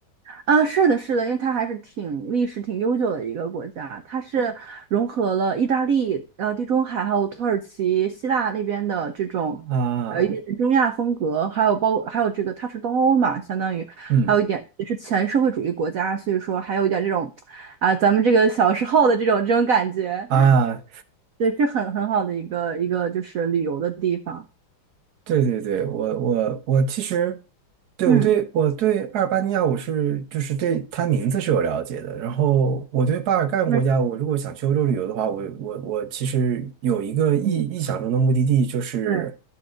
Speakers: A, on the right (about 85°); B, on the right (about 60°).
A: 啊，是的，是的，因为它还是挺历史挺悠久的一个国家，它是融合了意大利、呃地中海还有土耳其、希腊那边的这种呃一点点中亚风格，
B: 啊，
A: 还有包还有这个它是东欧嘛，相当于还有一点也是前社会主义国家，
B: 嗯
A: 所以说还有一点这种啊、咱们这个小时候的这种这种感觉，
B: 啊，
A: 对，是很很好的一个一个就是旅游的地方，
B: 对对对，我我我其实对我对我对阿尔巴尼亚我是就是对它名字是有了解的，
A: 嗯，
B: 然后我对巴尔干国家，
A: 那
B: 我如果想去欧洲旅游的话，我我我其实有一个意意想中的目的地就是
A: 嗯，对。